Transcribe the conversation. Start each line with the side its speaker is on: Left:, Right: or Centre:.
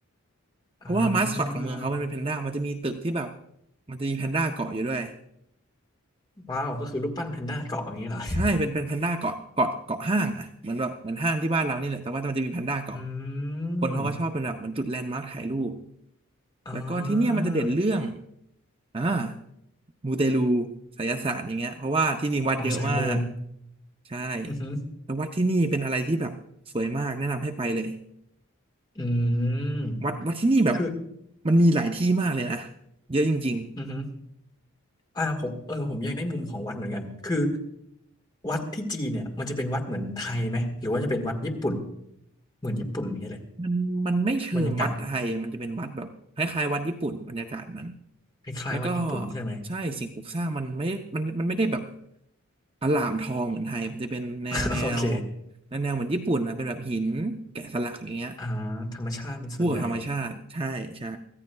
Right: เพราะว่ามาสคอตของเมืองเขามันเป็นแพนด้ามันจะมีตึกที่แบบ
Left: อ่า
Right: มันจะมีแพนด้าเกาะอยู่ด้วย
Left: ว้าวก็คือรูปปั้นแพนด้าเกาะอย่างนี้เหรอ
Right: ใช่เป็นเป็นแพนด้าเกาะเกาะเกาะห้างอ่ะเหมือนแบบเหมือนห้างที่บ้านเรานี่แหละแต่ว่ามันจะมีแพนด้าเกาะ
Left: อืม
Right: คนเขาก็ชอบเป็นแบบเหมือนจุดแลนด์มาร์คถ่ายรูป
Left: อ่
Right: แล้วก็ที่เนี่ยมันจะเด่นเรื่อง
Left: า
Right: อ่ามูเตลูไสยศาสตร์อย่างเงี้ยเพราะว่าที่นี่วัดเยอะมาก
Left: อ๋อสายมู
Right: ใช่
Left: อือหือ
Right: แล้ววัดที่นี่เป็นอะไรที่แบบสวยมากแนะนำให้ไปเลย
Left: อืม
Right: วัดวัดที่นี่แบบ
Left: คือ
Right: มันมีหลายที่มากเลยนะเยอะจริง
Left: อือหืออ่าผมเออผมอยากได้มุมของวัดเหมือนกัน คือวัดที่จีนเนี่ยมันจะเป็นวัดเหมือนไทยไหมหรือว่าจะเป็นวัดญี่ปุ่น เหมือนญี่ปุ่นอย่างเงี้ยเลย
Right: ๆมันมันไม่เชิงวัดไทยอะมันจะเป็นวัดแบบคล้ายๆวัดญี่ปุ่นบรรยากาศมัน
Left: บรรยากาศคล้ายๆวัดญี่ปุ่นใช่ไหม
Right: แล้วก็ใช่สิ่งปลูกสร้างมันไม่มันมันไม่ได้แบบอลามทองเหมือนไทยมันจะเป็นแนวแนว
Left: <laughs> โอเค
Right: แนวแนวเหมือนญี่ปุ่นนะเป็นแบบหินแกะสลักอย่างเงี้ย
Left: อ่าธรรมชาติเป็นส่วนใหญ่
Right: คู่กับธรรมชาติใช่ใช่